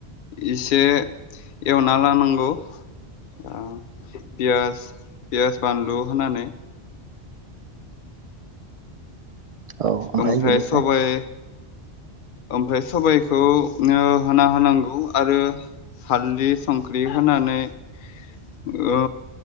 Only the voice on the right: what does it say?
औ ओमफाय
बेनिफ्राय